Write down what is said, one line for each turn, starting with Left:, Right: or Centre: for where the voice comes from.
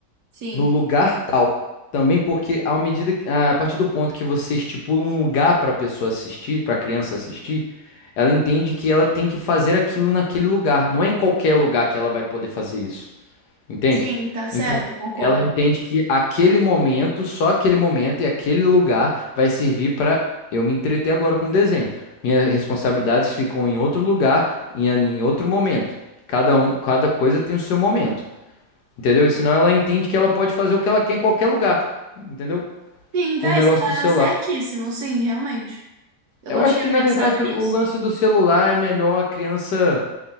Right: Sim.
Left: no lugar tal. Também porque à medida que- a partir do ponto que você estipula um lugar para a pessoa assistir, para a criança assistir, ela entende que ela tem que fazer aquilo naquele lugar. Não é em qualquer lugar que ela vai poder fazer isso, entende?
Right: Sim, tá certo,
Left: Então,
Right: eu concordo.
Left: ela entende que aquele momento, só aquele momento e aquele lugar vai servir para eu me entreter agora com o desenho. Minhas responsabilidades ficam em outro lugar, em, em outro momento. Cada, um, cada coisa tem o seu momento. Entendeu? E senão ela entende que ela pode fazer o que ela quer em qualquer lugar. Entendeu?
Right: Sim, véi,
Left: Com o negócio
Right: você tá
Left: do celular.
Right: certíssimo, sim, realmente. Eu
Left: Eu
Right: não
Left: acho
Right: tinha
Left: que, na
Right: pensado
Left: verdade,
Right: nisso.
Left: o lance do celular é melhor a criança.